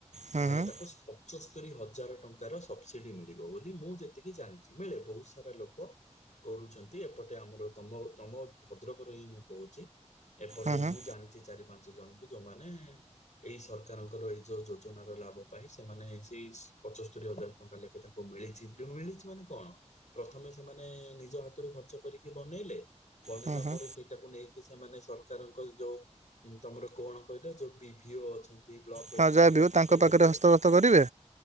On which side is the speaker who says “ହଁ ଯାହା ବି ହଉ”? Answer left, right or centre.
Right